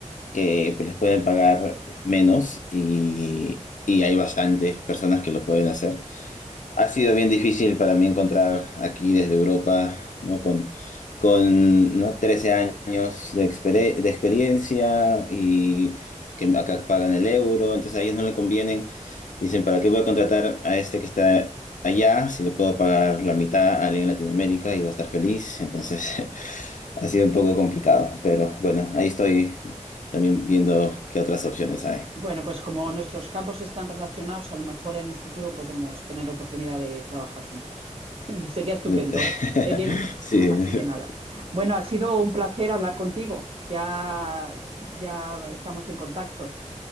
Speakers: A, on the left; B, on the right.
A: que les pueden pagar menos y, y hay bastantes personas que lo pueden hacer. Ha sido bien difícil para mí encontrar aquí desde Europa, ¿no? Con, con ¿no? 13 años de, exper de experiencia y que acá pagan el euro, entonces a ellos no le convienen. Dicen, ¿para qué voy a contratar a este que está allá si le puedo pagar la mitad a alguien en Latinoamérica y va a estar feliz? Entonces <laughs> ha sido un poco complicado, pero bueno, ahí estoy también viendo qué otras opciones hay.
B: Bueno, pues como nuestros campos están relacionados, a lo mejor en un futuro podemos tener oportunidad de trabajar juntos. <laughs> Sería estupendo,
A: <laughs>
B: ¿eh, Diego?
A: Sí.
B: Así que nada. Bueno, ha sido un placer hablar contigo. Ya, ya estamos en contacto,